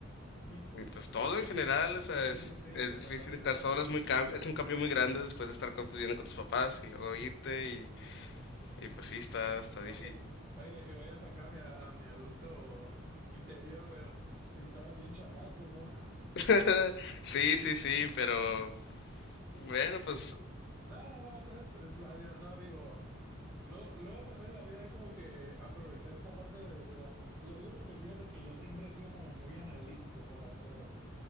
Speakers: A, on the right (about 45°); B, on the left (about 55°).
A: <laughs> Ujú.
B: Entonces, todo en general, o sea,
A: Sí,
B: es,
A: sí, sí,
B: es
A: totalmente.
B: difícil estar solo, es muy
A: Entiendo.
B: cam- es un cambio muy grande después de estar conviviendo con tus papás y luego irte y, y pues sí, está, está
A: Ok.
B: difícil.
A: Oye, y voy a sacar a mi, a mi adulto interior, pero si estabas bien chamaco, como...
B: <laughs> Sí, sí, sí, pero bueno,
A: <laughs>
B: pues
A: de- No, no, no, es, es- es válido, no, digo, Luego, luego también la vida hay como que aprovechar esa parte de, de la juventud. Lo digo porque fíjate que yo siempre he sido como muy analítico con las cosas.